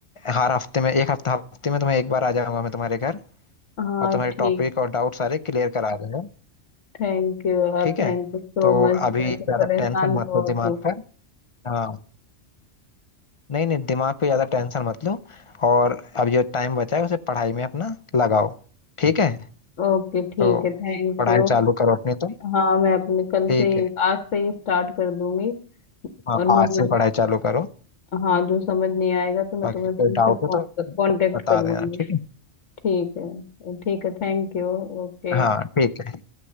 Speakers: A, on the left; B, on the left.
A: हर हफ्ते में एक हफ्ता हफ्ते में तुम्हें एक बार आ जाऊंगा मैं तुम्हारे घर
B: हाँ
A: और तुम्हारे
B: ठीक
A: टॉपिक और डाउट सारे क्लियर करा दूंगा
B: थैंक यू यार
A: ठीक है
B: थैंक यू सो
A: तो
B: मच
A: अभी
B: मैं तो
A: ज़्यादा
B: परेशान
A: टेंशन
B: बहुत
A: मत लो दिमाग
B: हूँ
A: पर हाँ नहीं नहीं दिमाग पे ज़्यादा टेंशन मत लो और अब जो टाइम बचा है उसे पढ़ाई में अपना लगाओ ठीक है
B: ओके ठीक
A: तो
B: है थैंक
A: पढ़ाई
B: यू
A: चालू करो अपनी तुम
B: हाँ मैं अपने कल
A: ठीक
B: से ही
A: है
B: आज से ही स्टार्ट कर दूंगी
A: हाँ
B: और मुझे
A: आज से
B: जो
A: पढ़ाई चालू करो
B: हाँ जो समझ नहीं आएगा तो मैं
A: बाकी
B: तुम्हें
A: कोई
B: फिर से
A: डाउट हो तो
B: कांटेक्ट
A: बता
B: कर लूंगी
A: देना ठीक है
B: ठीक है ठीक है थैंक यू ओके
A: हाँ ठीक है